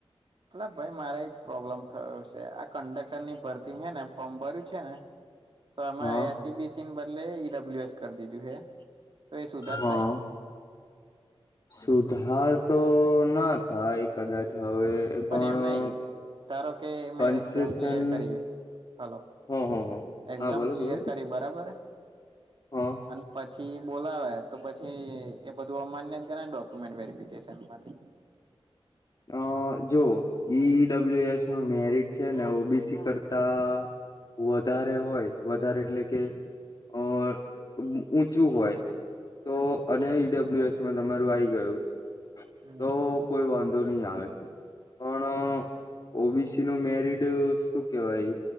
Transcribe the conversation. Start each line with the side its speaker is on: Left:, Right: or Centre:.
Right: એલા ભાઈ મારે એક પ્રોબ્લેમ થયો છે આ કંડેક્ટર ની ભરતી છે ને ફોર્મ ભર્યું છે ને <inaudible> તો આમાં
Left: હા
Right: એ સી બી સી ને બદલે ઈ ડબલ્યુ એસ કરી દીધું છે તો એ સુધાર
Left: હા
Right: થાય
Left: સુધાર તો ના થાય કદાચ હવે એ પણ
Right: એમ નહી ધારો કે
Left: કન્સેેશન
Right: મેં એક્ઝામ ક્લિયર કરી હલો
Left: હા હા
Right: એક્ઝામ
Left: હા બોલો
Right: ક્લિયર
Left: બોલો
Right: કરી બરાબર
Left: હા
Right: અને પછી બોલાવે તો પછી એ બધું અમાન્ય કરેને ડોક્યુમેન્ટ વેરીફિકેશન માટે
Left: અ જો ઈ ડબલ્યુ એસ નું મેરિટ છે ને ઓ બી સી કરતા વધારે હોય વધારે એટલે કે ઓવર ઊંચું હોય તો અને ઈ ડબલ્યુ એસ માં તમારું આઈ ગયું
Right: હમ
Left: તો કોઈ વાં નહી આવે પણ ઓ બી સી નું મેરિડ શું કેવાય